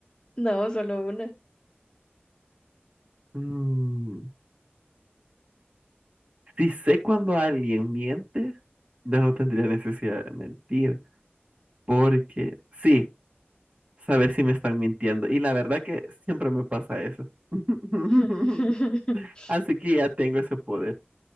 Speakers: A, on the left (about 20°); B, on the right (about 30°).
A: No, solo una.
B: Mm. Si sé cuando alguien miente, ya no tendría necesidad de mentir, porque sí, saber si me están mintiendo. Y la verdad que siempre me pasa eso. <laughs>
A: <laughs>
B: Así que ya tengo ese poder.